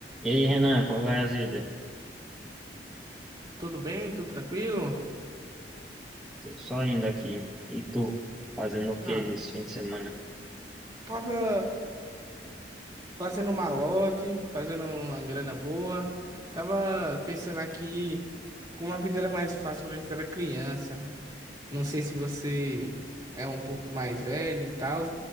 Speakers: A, in the centre; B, on the right.
A: E aí, Renan, como vai a vida?
B: Tudo bem? Tudo tranquilo?
A: Tô só indo aqui. E tu, fazendo o que
B: Ah,
A: esse fim de semana?
B: Tava fazendo um malote, fazendo uma grana boa. Tava pensando aqui como a vida era mais fácil quando a gente era criança. Não sei se você é um pouco mais velho e tal,